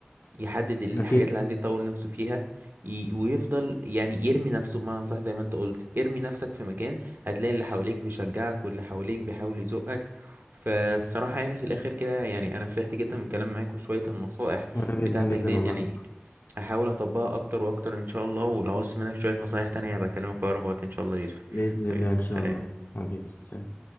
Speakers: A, on the right; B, on the left.
A: يحدد الحاجات
B: اكيد
A: اللي عايز يطور نفسه فيها ي- ويفضل يعني يرمي نفسه بمعنى صح زي ما انت قلت ارمي نفسك في مكان هتلاقي اللي حواليك بيشجعك واللي حواليك بيحاول يزقك فالصراحة يعني في الآخر كده يعني أنا فرحت جدا من الكلام معاك وشوية النصائح
B: وانا
A: بتاعتك
B: جدا جدا
A: ديت
B: والله
A: يعني هحاول أطبقها أكتر وأكتر إن شاء الله ولو عوزت منك شوية نصايح تانية بكلمك في أقرب وقت إن شاء الله يا يوسف
B: بإذن
A: حبيبي
B: الله إن شاء
A: سلام
B: الله حبيبي سلام.